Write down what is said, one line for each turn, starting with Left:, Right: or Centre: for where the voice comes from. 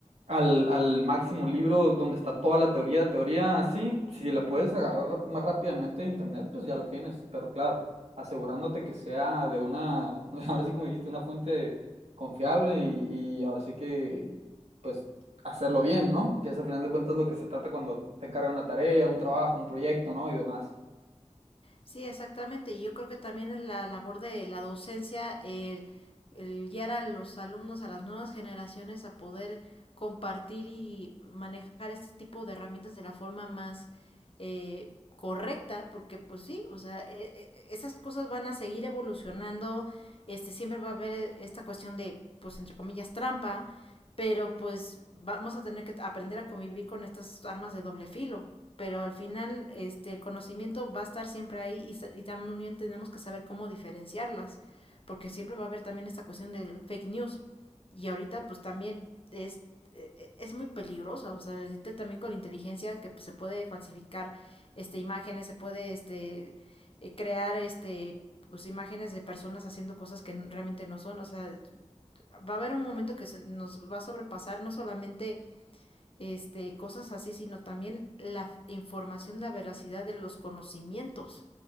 Right: al, al máximo libro donde está toda la teoría, teoría así, si la puedes agarrar más rápidamente de internet, pues ya lo tienes, pero claro, asegurándote que sea de una, <laughs> ahora sí como dijiste, una fuente confiable y, y ahora sí que pues hacerlo bien, ¿no? Que es al final de cuentas lo que se trata cuando te encargan una tarea, un trabajo, un proyecto, ¿no? Y demás.
Left: Sí, exactamente. Y yo creo que también es la labor de la docencia, el, el guiar a los alumnos, a las nuevas generaciones a poder compartir y manejar este tipo de herramientas de la forma más eh, correcta, porque pues sí, o sea, e- e- esas cosas van a seguir evolucionando, este, siempre va a haber eh, esta cuestión de, pues entre comillas, trampa, pero pues vamos a tener que aprender a convivir con estas armas de doble filo pero al final este, el conocimiento va a estar siempre ahí y, y, también tenemos que saber cómo diferenciarlas, porque siempre va a haber también esta cuestión del fake news. Y ahorita pues también es, e, e, es muy peligrosa, o sea, ahorita también con la inteligencia que pues, se puede falsificar este, imágenes, se puede este, eh, crear este, pues, imágenes de personas haciendo cosas que realmente no son, o sea, va a haber un momento que se nos va a sobrepasar no solamente este, cosas así, sino también la información la veracidad de los conocimientos.